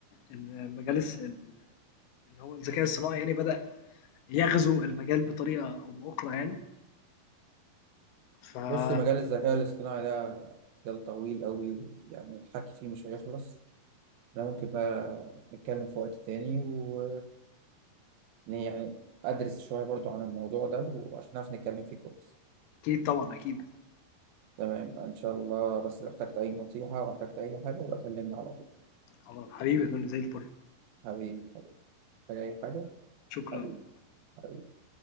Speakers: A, on the left; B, on the right.
A: إن مجال الس ال اللي هو الذكاء الصناعي يعني بدأ يغزو المجال بطريقة أو بأخرى يعني فأكيد
B: بص مجال الذكاء الاصطناعي ده مجال طويل قوي ويعني الحكي فيه مش هيخلص انا ممكن بقى نتكلم في وقت تاني و يعني ادرس شوية برضو عن الموضوع ده وعشان نعرف نتكلم فيه كويس
A: طبعا أكيد
B: تمام ان شاء الله بس لو احتجت اي نصيحة او احتجت اي حاجة بكلمني على طول
A: خلاص حبيبي يا فندم زي الفل
B: حبيبي حبيبي محتاج اي حاجة
A: شكرا
B: حبيبي حبيبي